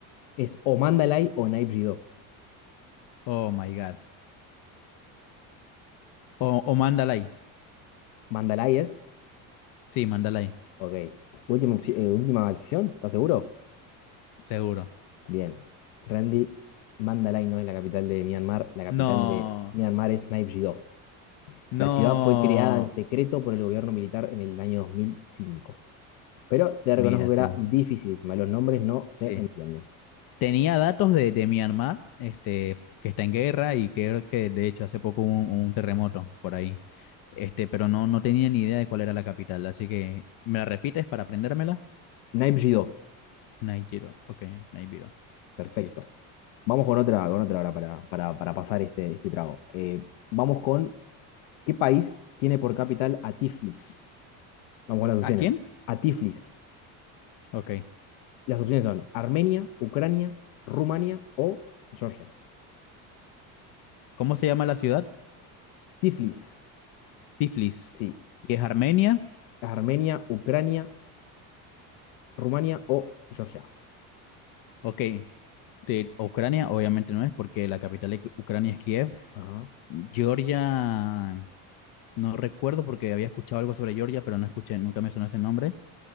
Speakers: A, on the left (about 85°); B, on the left (about 60°).
A: es o Mandalay o Naipjidó.
B: Oh my God. O, o Mandalay.
A: Mandalay es.
B: Sí, Mandalay.
A: Ok. Última, opci- eh, última decisión, ¿estás seguro?
B: Seguro.
A: Bien. Randy, Mandalay no es la capital de Myanmar. La capital
B: No,
A: de Myanmar es Naypyidaw.
B: no.
A: La ciudad fue creada en secreto por el gobierno militar en el año 2005. Pero te
B: Mira
A: reconozco que
B: tú.
A: era dificilísima. Los nombres no se
B: Sí.
A: entienden.
B: Tenía datos de, de Myanmar, este, que está en guerra y que, que de hecho hace poco hubo un, un terremoto por ahí. Este, pero no, no tenía ni idea de cuál era la capital, así que ¿me la repites para aprendérmela?
A: Naypyidaw.
B: Naijiro, ok, Naijiro,
A: Perfecto.
B: listo.
A: Vamos con otra, con otra ahora para, para, para pasar este, este trago. Eh, vamos con, ¿qué país tiene por capital a Tiflis? Vamos con las opciones.
B: ¿A quién?
A: A Tiflis.
B: Ok.
A: Las opciones son Armenia, Ucrania, Rumania o Georgia.
B: ¿Cómo se llama la ciudad?
A: Tiflis,
B: Tiflis.
A: sí.
B: ¿Y es Armenia?
A: Armenia, Ucrania, Rumania o Georgia.
B: Ok. De Ucrania, obviamente no es, porque la capital de Ucrania es Kiev.
A: Ajá.
B: Georgia, no recuerdo porque había escuchado algo sobre Georgia, pero no escuché, nunca me sonó ese nombre.